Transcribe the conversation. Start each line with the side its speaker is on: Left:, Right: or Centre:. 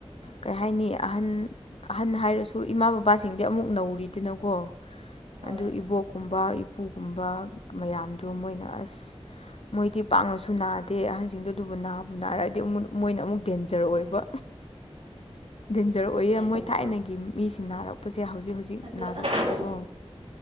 Left: ꯀꯩ ꯍꯥꯏꯅꯤ ꯑꯍꯟ ꯑꯍꯟ ꯍꯥꯏꯔꯁꯨ ꯏꯃꯥ ꯕꯕꯥꯁꯤꯡꯗꯤ ꯑꯃꯨꯛ ꯅꯧꯔꯤꯗꯅꯀꯣ
Right: ꯍꯣꯏ
Left: ꯑꯗꯨ
Right: ꯃꯥꯅꯦ
Left: ꯏꯕꯣꯛ ꯒꯨꯝꯕ ꯏꯄꯨꯒꯨꯝꯕ ꯃꯌꯥꯝꯗꯨ ꯃꯣꯏꯅ ꯑꯁ ꯃꯣꯏꯗꯤ ꯄꯥꯛꯅꯁꯨ ꯅꯥꯗꯦ ꯑꯇꯩ ꯑꯍꯟꯁꯤꯡꯗꯣ ꯑꯗꯨꯕꯨ ꯅꯥꯕ ꯅꯥꯔꯑꯗꯤ ꯃꯣꯏꯅ ꯑꯃꯨꯛ ꯗꯦꯟꯖꯔ ꯑꯣꯏꯕ ꯗꯦꯟꯖꯔ
Right: ꯑꯗꯨꯅꯦ
Left: ꯑꯣꯏꯌꯦ
Right: ꯑꯗꯨꯅꯦ
Left: ꯃꯣꯏ ꯊꯥꯏꯅꯒꯤ ꯃꯤꯁꯤꯡ ꯅꯥꯔꯛꯄꯁꯦ ꯍꯧꯖꯤꯛ ꯍꯧꯖꯤꯛ
Right: ꯑꯗꯣ
Left: ꯅꯥꯔꯛꯄꯗꯀꯣ
Right: ꯑꯁ